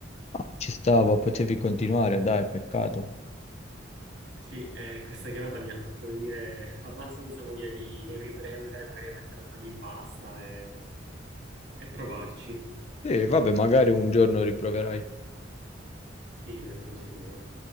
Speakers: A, on the left; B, on the right.
A: Ma ci stava, potevi continuare, dai, peccato.
B: Sì, eh, questa chiamata mi ha fatto venire <laughs> abbastanza voglia di riprendere, magari a mettere le mani in pasta e e provarci.
A: E vabbè, magari un giorno riproverai.
B: Sì, ne sono sicuro.